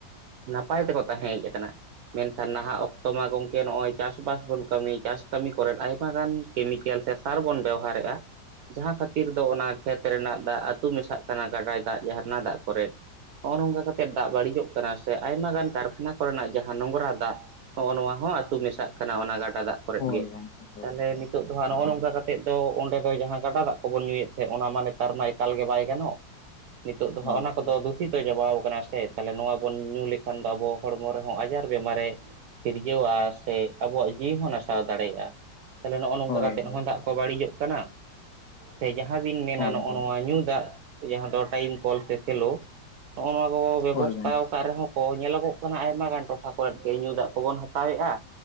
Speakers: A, on the right (about 65°); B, on the left (about 65°).
A: ᱱᱟᱯᱟᱭ ᱛᱮᱠᱚ ᱛᱟᱦᱮᱸ ᱦᱮᱡ ᱟᱠᱟᱱᱟ ᱢᱮᱱᱠᱷᱟᱱ ᱱᱟᱦᱟᱜ ᱚᱠᱛᱚ ᱢᱟ ᱜᱚᱢᱠᱮ ᱱᱚᱸᱜᱼᱚᱸᱭ ᱪᱟᱥᱵᱟᱥ ᱵᱚᱱ ᱠᱟᱹᱢᱤ ᱪᱟᱥ ᱠᱟᱹᱢᱤ ᱠᱚᱨᱮᱫ ᱟᱭᱢᱟ ᱜᱟᱱ ᱠᱮᱢᱤᱠᱮᱞ ᱥᱮ ᱥᱟᱨ ᱵᱚᱱ ᱵᱮᱦᱟᱨᱮᱜ ᱟ ᱡᱟᱦᱟᱸ ᱠᱷᱟᱹᱛᱤᱨ ᱫᱚ ᱚᱱᱟ ᱠᱷᱮᱛ ᱨᱮᱱᱟᱜ ᱫᱟᱜ ᱟᱹᱛᱩ ᱢᱮᱥᱟᱜ ᱠᱟᱱᱟ ᱜᱟᱰᱟᱭ ᱫᱟᱜ ᱡᱷᱟᱨᱱᱟ ᱫᱟᱜ ᱠᱚᱨᱮ ᱦᱚᱸᱜ ᱚ ᱱᱚᱝᱠᱟ ᱠᱟᱛᱮᱫ ᱫᱟᱜ ᱵᱟᱹᱲᱤᱡᱚᱜ ᱠᱟᱱᱟ ᱥᱮ ᱟᱭᱢᱟ ᱜᱟᱱ ᱠᱟᱨᱠᱷᱟᱱᱟ ᱠᱚᱨᱮᱱᱟᱜ ᱡᱟᱦᱟᱸ ᱱᱚᱝᱨᱟ ᱫᱟᱜ ᱦᱚᱜ ᱚ ᱱᱚᱣᱟ ᱦᱚᱸ ᱟᱹᱛᱩ ᱢᱮᱥᱟᱜ ᱠᱟᱱᱟ ᱚᱱᱟ ᱜᱟᱰᱟ ᱫᱟᱜ ᱠᱚᱨᱮᱫ
B: ᱦᱳᱭ
A: ᱜᱮ
B: ᱜᱚᱝᱠᱮ ᱦᱳᱭ
A: ᱛᱟᱦᱚᱞᱮ
B: ᱦᱳᱭ
A: ᱱᱤᱛᱚᱜ ᱱᱚᱣᱟ ᱱᱚᱜ ᱚ ᱱᱚᱝᱠᱟ ᱠᱟᱛᱮᱫ ᱫᱚ ᱚᱸᱰᱮ ᱫᱚ ᱡᱟᱦᱟᱸ ᱜᱟᱰᱟ ᱫᱟᱜ ᱠᱚᱵᱚᱱ ᱧᱩᱭᱮᱫ ᱛᱟᱦᱮᱸᱡ ᱚᱱᱟ ᱢᱟ ᱱᱮᱛᱟᱨ ᱢᱟ ᱮᱠᱟᱞ ᱜᱮ ᱵᱟᱭ ᱜᱟᱱᱚᱜ ᱱᱤᱛᱳᱜ ᱫᱚ
B: ᱦᱳᱭ
A: ᱦᱚᱜ ᱚᱱᱟ
B: ᱦᱳᱭ
A: ᱠᱚᱫᱚ ᱫᱩᱜ ᱦᱤᱛᱫᱚ ᱪᱟᱵᱟᱣ ᱠᱟᱱᱟ ᱥᱮ ᱛᱟᱦᱚᱞᱮ ᱱᱚᱣᱟ ᱵᱚᱱ ᱧᱩ ᱞᱮᱠᱷᱟᱱ ᱫᱚ ᱟᱵᱚ ᱦᱚᱲᱢᱚ ᱨᱮᱦᱚᱸ ᱟᱡᱟᱨ ᱵᱮᱢᱟᱨᱮ ᱥᱤᱨᱡᱟᱹᱣᱟ ᱥᱮ ᱟᱵᱚᱭᱟᱜ ᱡᱤᱭᱤ ᱦᱚ ᱱᱟᱥᱟᱣ ᱫᱟᱲᱮᱟᱜ ᱟ ᱛᱟᱦᱚᱞᱮ ᱱᱚᱜ ᱚ ᱱᱚᱝᱠᱟ
B: ᱦᱳᱭ
A: ᱠᱟᱛᱮ
B: ᱦᱳᱭ
A: ᱦᱚᱸ ᱫᱟᱜ ᱠᱚ ᱵᱟᱹᱲᱤᱡᱚᱜ ᱠᱟᱱᱟ ᱥᱮ ᱡᱟᱦᱟᱸ ᱡᱟᱦᱟᱸ ᱵᱤᱱ ᱢᱮᱱᱟ
B: ᱦᱳᱭ
A: ᱱᱚᱜ ᱚ
B: ᱦᱳᱭ
A: ᱱᱚᱣᱟ
B: ᱦᱳᱭ
A: ᱧᱩ ᱫᱟᱜ ᱡᱟᱦᱟᱸ ᱫᱚ ᱴᱟᱭᱤᱢ ᱠᱚᱞ ᱥᱮ ᱥᱮᱞᱚ ᱱᱚᱜ ᱚ ᱱᱚᱣᱟ ᱠᱚ ᱵᱮᱵᱚᱥᱛᱷᱟ
B: ᱦᱳᱭ ᱜᱚᱝᱠᱮ
A: ᱟᱠᱟᱫ ᱨᱮᱦᱚᱸ ᱠᱚ ᱵᱮᱵᱚᱥᱛᱟ ᱠᱟᱜ ᱨᱮᱦᱠᱚ ᱧᱮᱞᱚᱜᱚᱜ ᱠᱟᱱᱟ ᱟᱭᱢᱟ ᱜᱟᱱ ᱴᱚᱴᱷᱟ ᱠᱚᱨᱮᱫ ᱜᱮ ᱧᱩ ᱫᱟᱜ ᱠᱚᱵᱚᱱ ᱦᱟᱛᱟᱣ ᱮᱭᱟ